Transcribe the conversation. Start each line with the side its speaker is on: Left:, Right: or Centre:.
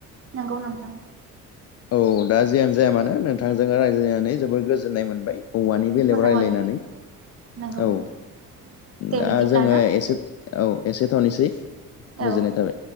Right: नंगौ नोंथां।
Left: औ दा जियानो जाया मानो नोंथांजोंनो रायज्लायनानै जोबोद गोजोननाय मोनबाय। औवानि बेलायाव
Right: मोजां
Left: रायज्लायनानै,
Right: मोनबाय नोंथां नंगौ
Left: औ
Right: नोंथां देब्ला
Left: दा जोङो
Right: ना
Left: एसे औ एसे थ'नोसै। गोजोननाय
Right: औ।
Left: थाबाय